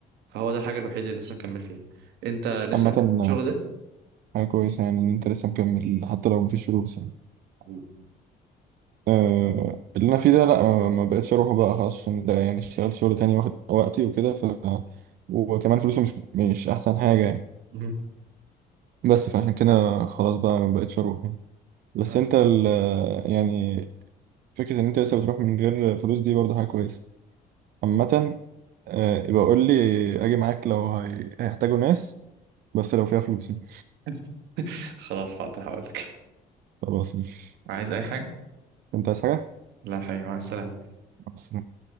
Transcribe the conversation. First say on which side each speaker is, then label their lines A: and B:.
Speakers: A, on the right; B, on the right.
A: فهو ده الحاجة الوحيدة اللي لسه مكمل فيها أنت لسه
B: عامة
A: مكمل
B: آه،
A: الشغل ده
B: حاجة كويسة يعني إن أنت لسه مكمل حتى لو مفيش فلوس يعني
A: مم.
B: أه اللي أنا فيه ده لأ ما ما بقتش أروحه بقى خلاص عشان ده يعني اشتغلت شغل تاني واخد وقتي وكده ف وكمان فلوسه مش مش أحسن حاجة يعني.
A: مم.
B: بس فعشان كده خلاص بقى ما بقتش اروح يعني بس
A: آه.
B: انت ال يعني فكرة ان انت لسه بتروح من غير فلوس دي برضه حاجة كويسة عامة آه، يبقى قول لي اجي معاك لو هي- هيحتاجوا ناس بس لو فيها فلوس يعني.
A: <laughs> خلاص حاضر هقول لك
B: خلاص مش
A: عايز اي حاجه
B: انت عايز حاجة؟
A: لا حبيبي مع السلامه
B: مع السلامة.